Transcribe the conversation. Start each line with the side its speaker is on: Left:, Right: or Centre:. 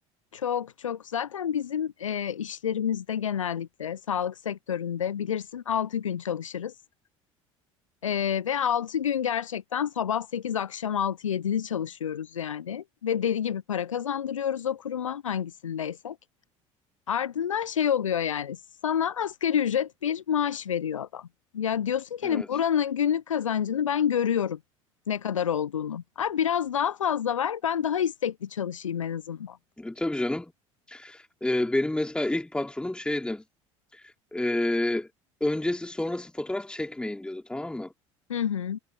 Left: Çok çok zaten bizim e, işlerimizde genellikle sağlık sektöründe bilirsin 6 gün çalışırız. E, ve 6 gün gerçekten sabah 8 akşam altı yedili çalışıyoruz yani. Ve deli gibi para kazandırıyoruz o kuruma hangisindeysek. Ardından şey oluyor yani sana asgari ücret bir maaş veriyor adam. Ya diyorsun ki
Centre: Evet.
Left: hani buranın günlük kazancını ben görüyorum ne kadar olduğunu. Abi biraz daha fazla ver ben daha istekli çalışayım en azından.
Centre: E, tabii canım. E, benim mesela ilk patronum şeydi. Ee, öncesi sonrası fotoğraf çekmeyin diyordu tamam mı?
Left: Hı hı.